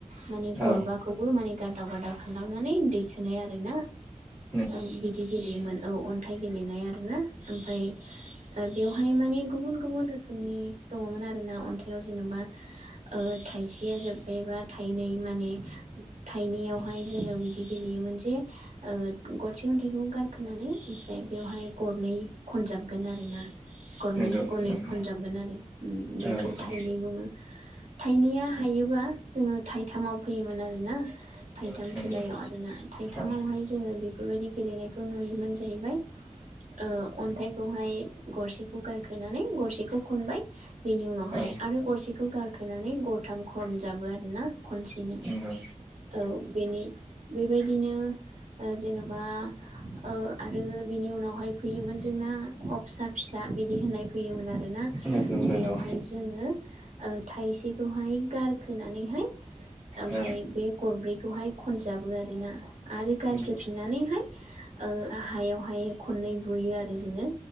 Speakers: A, on the right; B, on the right.
A: माने
B: औ
A: गरबाखौबो माने गारदाव गारदाव खालामनानै दैखोनाय आरोना
B: <inaudible>
A: आं बिदि गेलेयोमोन औ अन्थाइ गेलेनाय आरोना ओमफाय ओ बेवहाय माने गुब गुबुन गुबुन रोखोमनि दङमोन आरोना अन्थाइयाव जेन'बा ओ थाइसेया जोब्बायबा थाइनै माने उम थाइनैयावहाय जोङो बिदि गेलेयोमोन जे ओ गरसे अनथाइखौ गारखोनानै ओमफ्राय बेवहाय गरनै खन जाबगोन आरो ना
B: नंगौ
A: गरनै गरनै
B: नंगौ
A: खनजाबगोन आरो उम
B: औ
A: बेखौ
B: औ
A: थाइनै बुङो। थाइनैया हायोबा जोङो थाइथामाव फैयोमोन आरोना
B: नंगौ
A: थाइथाम
B: नंगौ
A: खेलायाव आरोना थाइथामावहाय
B: औ
A: जोङो बेफोरबायदि गेलेनायखौ नुयोमोन जाहैबाय। ओ अन्थाइखौहाय गरसेखौ गारखोनानै गरसेखौ खनबाय। बेनि उनावहाय
B: औ
A: आरो गरसेखौ गारखोनानै गरथाम खनजाबो आरोना खनसेनो।
B: नंगौ
A: औ बेनि बेबायद दिनो ओ जेन'बा ओ आरो बिनि उनावहाय फैयोमोन जोंना अ फिसा फिसा बिदि होननाय फैयोमोन आरोना
B: नंगौ नंगौ
A: बेवहाय जोङो ओ थाइसेखौहाय गारखोनानैहाय ओमफाय
B: औ
A: बे गरब्रै खौहाय खनजाबो आरोना आरो गारखोफिननानैहाय
B: नंगौ
A: ओ हायावहाय खननै बुयो आरो जोङो